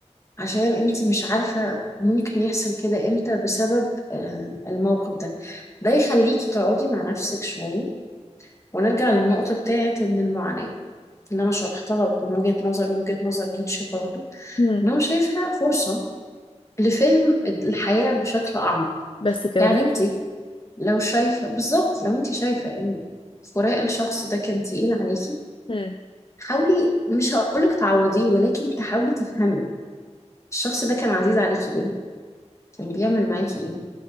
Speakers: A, on the left; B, on the left.
A: عشان انتي مش عارفة ممكن يحصل كده امتى بسبب آه، الموقف ده ده يخليكي تقعدي مع نفسك شوية ونرجع للنقطة بتاعت ان المعاناة اللي انا شرحتها من وجهة نظر من وجهة نظر نيتشه برضو
B: مم.
A: ان هو شايفها فرصة لفهم الحياة بشكل اعمق
B: بس كده
A: يعني
B: بالظبط
A: انتي لو شايفة بالظبط لو انتي شايفة ان فراق الشخص ده كان تقيل عليكي
B: مم.
A: حاولي مش هقولك تعوضيه ولكن تحاولي تفهمي الشخص ده كان عزيز عليكي ليه كان بيعمل معاكي ايه